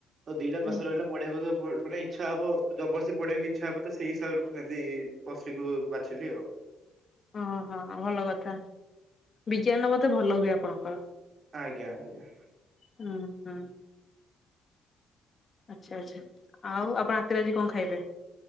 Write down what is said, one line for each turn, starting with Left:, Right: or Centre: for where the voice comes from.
Right: ତ ଦିଟା
Left: ହୁଁ
Right: ପ୍ରେସର ରହିଲା। ପଢିବାକୁ ତ ମାନେ ଇଛା ହବ ଜବରସି ପଢିବାକୁ ଇଛା ହବ ତ, ସେଇ ହିସାବରେ ମୁଁ ନେଲି ପଶୀକୁ ବାଛିଲି ଆଉ।
Left: ଓହୋ ଭଲ କଥା, ବିଜ୍ଞାନ ବୋଧେ ଭଲ ହୁଏ ଆପଣଙ୍କର।
Right: ଆଜ୍ଞା ଆଜ୍ଞା।
Left: ହୁଁ ହୁଁ। ଆଛା, ଆଛା, ଆଉ ଆପଣ ଆତିରେ ଆଜି କଣ ଖାଇବେ।